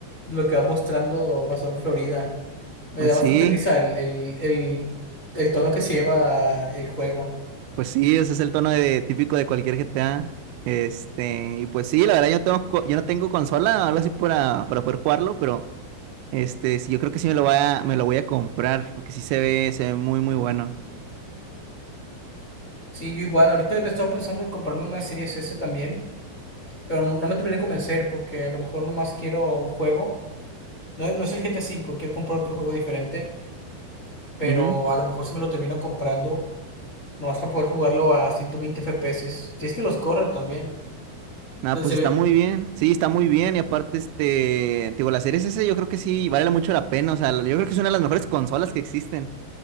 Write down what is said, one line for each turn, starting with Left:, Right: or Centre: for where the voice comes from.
Left: lo que va mostrando basado en Florida. Me
Right: Pues
Left: da bastante
Right: sí,
Left: risa el, el, el, el tono que se lleva el juego.
Right: pues sí, ese es el tono de, típico de cualquier GTA. Este, y pues sí, la verdad yo no tengo, co- yo no tengo consola o algo así para, para poder jugarlo, pero este, sí, yo creo que sí me lo voy a, me lo voy a comprar, porque sí se ve, se ve muy, muy bueno.
Left: Sí, yo igual, ahorita me estaba pensando en comprarme una Series S también, pero no, no me terminé de convencer porque a lo mejor nomás quiero un juego. No, no es el GTA V, quiero comprar otro juego diferente. pero
Right: Ujú.
Left: a lo mejor si me lo termino comprando, no vas a poder jugarlo a 120 FPS. Si es que los corre también.
Right: Nada,
Left: Entonces
Right: pues
Left: se
Right: está
Left: ve.
Right: muy bien. Sí, está muy bien. Y aparte, este, te digo, la serie S yo creo que sí vale la- mucho la pena. O sea, yo creo que es una de las mejores consolas que existen,